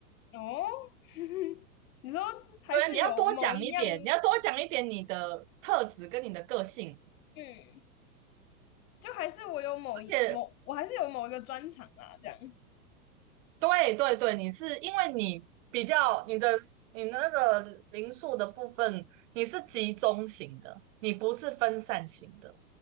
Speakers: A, on the left (about 60°); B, on the right (about 55°).
A: 哦，<laughs> 你说还是有某一样，
B: 对啊，你要多讲一点，你要多讲一点你的特质跟你的个性，
A: 嗯，就还是我有某一某，
B: 而且
A: 我还是有某一个专长啦，这样。
B: 对对对，你是因为你比较你的你的那个零数的部分，你是集中型的，你不是分散型的，